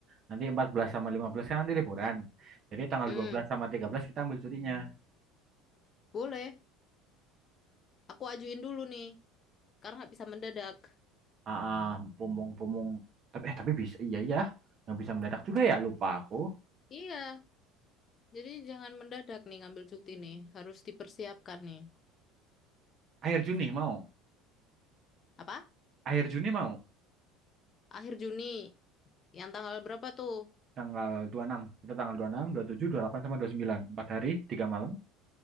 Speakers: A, on the right; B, on the left.
A: nanti 14 sama 15 kan nanti liburan jadi tanggal
B: hmm,
A: 12 sama 13 kita ambil cutinya
B: boleh. Aku ajuin dulu nih, karena nggak bisa mendadak.
A: ah ah, pumung pumung tapi eh tapi bisa iya ya nggak bisa mendadak juga ya lupa aku
B: Iya. Jadi jangan mendadak nih ngambil cuti nih, harus dipersiapkan nih.
A: akhir Juni mau
B: Apa?
A: akhir Juni mau
B: Akhir Juni. Yang tanggal berapa tuh?
A: tanggal dua puluh enam kita tanggal 26 27 delapan sama dua puluh sembilan 4 hari 3 malam